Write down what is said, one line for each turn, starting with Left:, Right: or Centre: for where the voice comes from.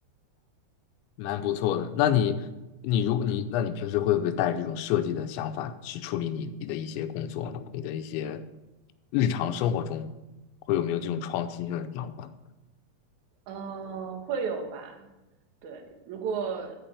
Left: 蛮不错的。那你，你如果你，那你平时会不会带着这种设计的想法去处理你你的一些工作呢你的一些日常生活中，会有没有这种创新性的想法？
Right: 嗯、会有吧？对，如果